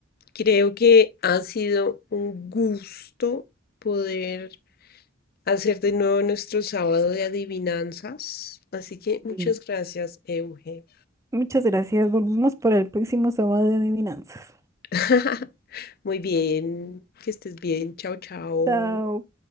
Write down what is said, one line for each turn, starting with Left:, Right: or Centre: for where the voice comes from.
Left: creo que ha sido un gusto poder hacer de nuevo nuestro sábado de adivinanzas. Así que muchas
Right: Y
Left: gracias, Euge.
Right: Muchas gracias. Volvemos para el próximo sábado de adivinanzas.
Left: <laughs> Muy bien, que estés bien. Chao, chao.
Right: Chao.